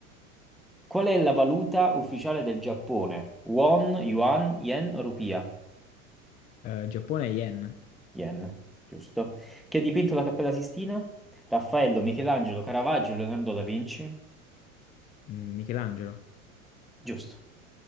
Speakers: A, in the centre; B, on the left (about 20°).
A: Qual è la valuta ufficiale del Giappone? Won, yuan, yen o rupia?
B: Eh, Giappone Yen,
A: Yen, giusto. Chi ha dipinto la Cappella Sistina? Raffaello, Michelangelo, Caravaggio, Leonardo da Vinci?
B: Mm, Michelangelo.
A: Giusto.